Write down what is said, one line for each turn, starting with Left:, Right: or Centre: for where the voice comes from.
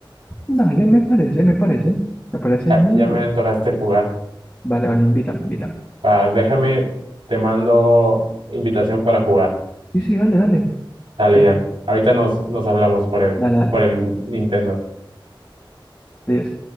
Left: Dale, me parece, me parece, me parece
Right: Ya,
Left: muy
Right: ya me
Left: bien.
Right: antojaste jugar.
Left: Vale, vale, invítame, invítame.
Right: Pa- déjame, te mando invitación para jugar.
Left: Sí, sí, dale, dale.
Right: Dale,
Left: Aquí
Right: Jan.
Left: estoy.
Right: Ahorita nos, nos hablamos por el,
Left: Dale, dale.
Right: por el Nintendo.
Left: Adiós.